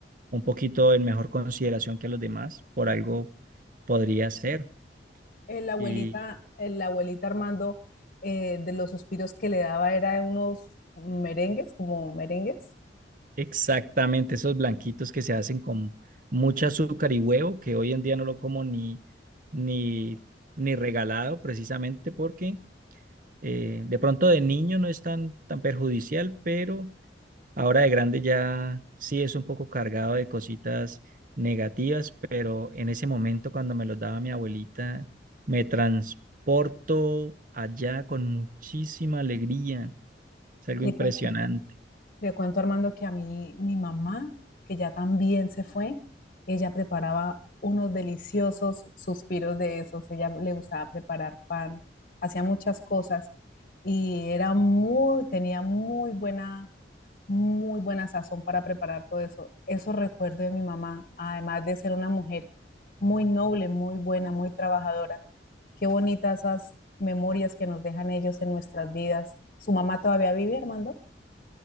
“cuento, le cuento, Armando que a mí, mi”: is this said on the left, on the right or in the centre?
Left